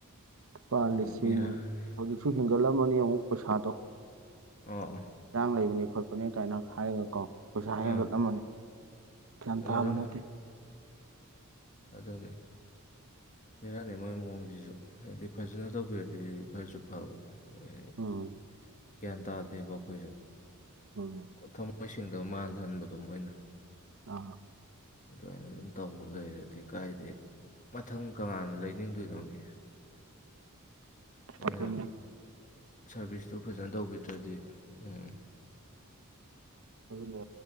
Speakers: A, on the right; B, on the left.
A: ꯂꯨꯄꯥ
B: ꯑꯗꯨ
A: ꯂꯤꯁꯤꯡ
B: ꯕꯤꯔꯥꯅꯤ
A: ꯍꯧꯖꯤꯛ ꯇꯤ ꯍꯦꯟꯒꯠꯂꯝꯃꯅꯤ ꯑꯃꯨꯛ ꯄꯩꯁꯥꯗꯣ
B: ꯑꯣ ꯑꯣ
A: ꯏꯔꯥꯡ ꯂꯩꯕꯅꯦ ꯈꯣꯠꯄꯅꯤ ꯀꯥꯏꯅ ꯍꯥꯏꯔꯒ ꯀꯣ ꯄꯩꯁꯥ
B: ꯑꯥ
A: ꯍꯦꯟꯒꯠꯂꯝꯃꯅꯤ ꯒ꯭ꯌꯥꯟ
B: ꯍꯦꯟꯒꯠꯂꯝꯃꯅꯤ
A: ꯇꯥꯕ ꯅꯠꯇꯦ
B: ꯑꯗꯨꯅꯤ ꯕꯤꯔꯥꯅꯤ ꯃꯣꯏ ꯃꯑꯣꯡꯖꯤꯖꯨ ꯍꯥꯏꯗꯤ ꯐꯖꯅ ꯇꯧꯕꯤꯔꯗꯤ ꯈꯔꯁꯨ ꯐꯕ <unintelligible>
A: ꯎꯝ
B: ꯒ꯭ꯌꯥꯟ ꯇꯥꯗꯦꯕ ꯑꯈꯣꯏꯖꯨ
A: ꯎꯝ
B: <unintelligible> ꯃꯣꯏꯁꯦꯡꯗꯕ ꯃꯥꯜꯍꯟꯕꯗꯣ ꯃꯣꯏꯅ
A: ꯑꯥ
B: ꯑꯗꯨꯋꯥꯏꯅ ꯑꯗꯨꯝ ꯇꯧꯕ ꯂꯩꯔꯗꯤ ꯀꯥꯏꯗꯩ ꯃꯊꯪ ꯀꯅꯥꯅ ꯂꯩꯅꯤꯡꯗꯣꯏꯅꯣꯃꯤ ꯃꯣꯏꯅ
A: ꯑꯗꯨꯅꯦ
B: ꯁꯥꯔꯚꯤꯁꯇꯨ ꯐꯖꯅ ꯇꯧꯕꯤꯗ꯭ꯔꯗꯤ ꯎꯝ
A: ꯑꯗꯨꯅꯦ